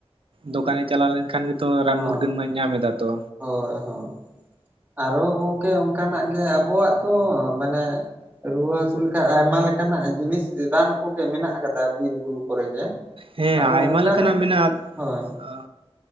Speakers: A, on the right; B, on the right.
A: ᱫᱚᱠᱟᱱᱮ ᱪᱟᱞᱟᱣ ᱞᱮᱱᱠᱷᱟᱱ ᱜᱮᱛᱚ ᱨᱟᱱ
B: ᱦᱳᱭ
A: ᱢᱩᱨᱜᱟᱹᱱ ᱢᱟᱭ ᱧᱟᱢ ᱮᱫᱟ ᱛᱚ᱾
B: ᱦᱳᱭ ᱦᱳᱭ ᱟᱨᱚ ᱜᱚᱝᱠᱮ ᱚᱱᱠᱟᱱᱟᱜ ᱜᱮ ᱟᱵᱚᱣᱟᱜ ᱛᱚ ᱢᱟᱱᱮ ᱨᱩᱣᱟᱹ ᱚᱱᱠᱟ ᱟᱭᱢᱟ ᱞᱮᱠᱟᱱᱟᱜ ᱡᱤᱱᱤᱥ ᱨᱟᱱ ᱠᱚᱜᱮ ᱢᱮᱱᱟᱜ ᱠᱟᱫᱟ ᱵᱤᱨ ᱵᱩᱨᱩ ᱠᱚᱨᱮ ᱜᱮ᱾
A: ᱦᱮᱸ
B: ᱟᱫᱚ
A: ᱟᱭᱢᱟ
B: ᱚᱱᱠᱟᱱᱟᱜ
A: ᱞᱮᱠᱟᱱᱟᱜ ᱢᱮᱱᱟᱜ-ᱟ᱾
B: ᱦᱳᱭ